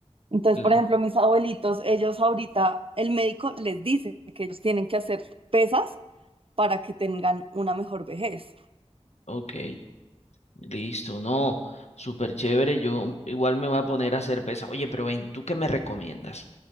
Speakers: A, on the right; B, on the left.
A: Entonces,
B: Claro.
A: por ejemplo, mis abuelitos, ellos ahorita, el médico les dice que ellos tienen que hacer pesas para que tengan una mejor vejez.
B: Ok. Listo, no, súper chévere. Yo igual me voy a poner a hacer pesas. Oye, pero ven, ¿tú qué me recomiendas?